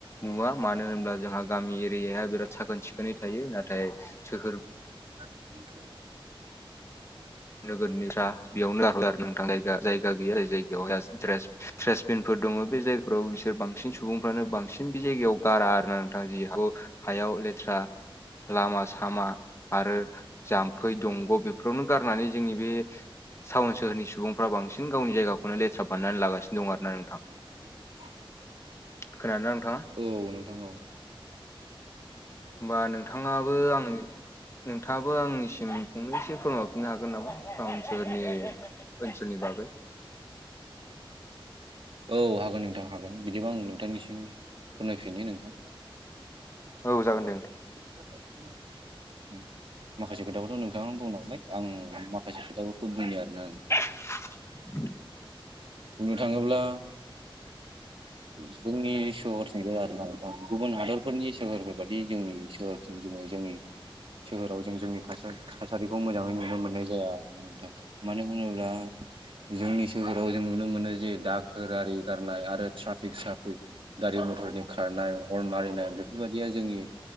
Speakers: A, on the left; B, on the right.
A: नुवा मानो होनब्ला जोंहा गामि एरियाया बिराद साखोन सिखोनै थायो नाथाय सोर
B: <inaudible>
A: नोगोरनि फ बेयावनो ग आरो नोंथां जाया जायगा गैया जाय जायगायावाय ज थ्रेरस थ्रेरसबिनफोर दङ बे जायगफोराव बिसोर बांसिन सुबुंफ्रानो बांसिन। बिम बे जायगायाव गारा आरो ना नोंथां जि हौ हायाव लेथ्रा लामा सामा आरो जाम्फै दंग' बेफोरावनो गार होननानै जोंनि बे टाउन सोहनि सुबुंफ्रा बांसिन गावनि जायगखौनोेथ्रा बाननानै लागासिनो दं आरो ना नोंथां।
B: <inaudible>
A: खोनादोंना नोंथां?
B: औ नोंथां औ।
A: होमबा नोंथाङाबो आं नोंथाङाबो आंनिसिम फंनैसो फोरमायफिननो हागोन नामा? टाउन सोहोरनि बैसनि बाबै <unintelligible>
B: औ हागोन नोंथां हागोन बिदिबा आं नोंथांनिसिम फोरमायफिनि नोंथां।
A: औ जागोन दे नोंथां।
B: <inaudible> माखासे खोथाखौथ' नोंथाङा बुंलांबाय आं माखासे खोथाफोरखौ बुंनि आरोना नोंथां।
A: <inaudible>
B: बुंनो थाङोब्ला जोंनि सोहोरथिं जाया आरो ना गुबुन हादरफोरनि सोहोरफोरा बाददि जोंनि सोहोरजों जोङो जोंनिनो सोहोराव जों जोंनिास थासारिखौ मोजाङै नुनो मोननाय जाया आरो मानो होनोब्ला जोंनि सोहोराव जों नुनो मोनो जे दा खोर आरि गारनाय आरो ट्राफिक साफिक गारि मथरनि खारनाय हर्न मारिनाय बेफोरबायदिया जोंनि